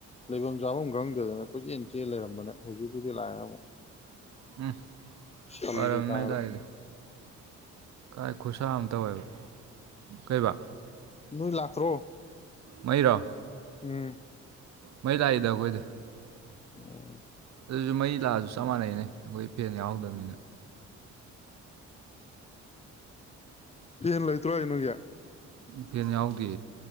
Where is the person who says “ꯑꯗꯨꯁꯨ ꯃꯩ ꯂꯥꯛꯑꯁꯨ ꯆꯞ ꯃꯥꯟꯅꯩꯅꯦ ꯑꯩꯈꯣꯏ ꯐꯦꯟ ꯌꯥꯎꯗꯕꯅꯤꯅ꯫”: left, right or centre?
Right